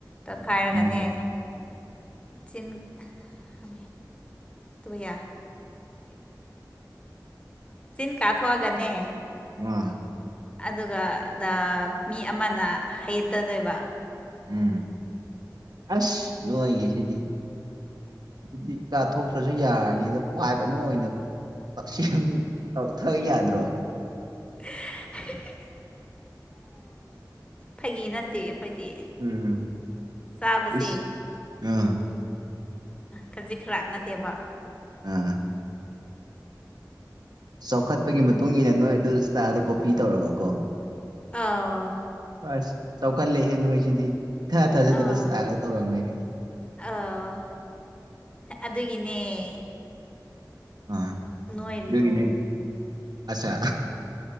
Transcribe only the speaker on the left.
ꯇꯣꯠꯈꯥꯏꯔꯒꯅꯦ
ꯆꯤꯟ ꯍ ꯇꯨꯌꯥ ꯆꯤꯟ ꯀꯥꯊꯣꯛꯑꯒꯅꯦ
ꯑꯗꯨꯒ ꯃꯤ ꯑꯃꯅ ꯍꯌꯦꯠꯇꯗꯣꯏꯕ
<unintelligible> ꯐꯒꯤ ꯅꯠꯇꯦ ꯑꯩꯈꯣꯏꯗꯤ
ꯆꯥꯕꯁꯦ
ꯈꯖꯤꯛ ꯈꯔꯥꯛ ꯅꯠꯇꯦꯕ
ꯑꯥ
ꯑꯥ
ꯑ ꯑꯗꯨꯒꯤꯅꯦ
ꯅꯣꯏꯔꯤꯗꯣ